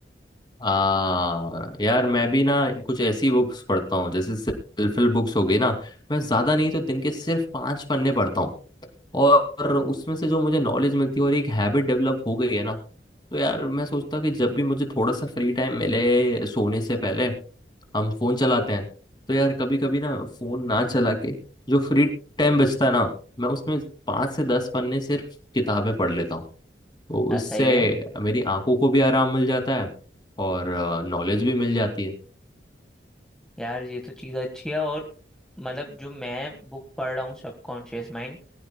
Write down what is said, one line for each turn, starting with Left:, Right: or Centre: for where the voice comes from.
Left: आ, यार मैं भी ना कुछ ऐसी बुक्स पढ़ता हूँ जैसे सेल्फ हेल्प बुक्स हो गई ना मैं ज्यादा नहीं तो दिन के सिर्फ पांच पन्ने पढ़ता हूँ और उसमें से जो मुझे नॉलेज मिलती है और एक हैबिट डेवलप हो गई है ना तो यार मैं सोचता हूँ कि जब भी मुझे थोड़ा सा फ्री टाइम मिले सोने से पहले हम फोन चलाते हैं तो यार कभी कभी ना फोन ना चला के जो फ्री टाइम बचता है ना मैं उसमें पांच से दस पन्ने सिर्फ किताबें पढ़ लेता हूँ तो
Centre: यार
Left: उससे
Centre: सही है
Left: मेरी आंखों को भी आराम मिल जाता है और नॉलेज भी मिल जाती है
Centre: यार ये तो चीज़ अच्छी है और मतलब जो मैं बुक पढ़ रहा हूँ सबकॉन्शियस माइंड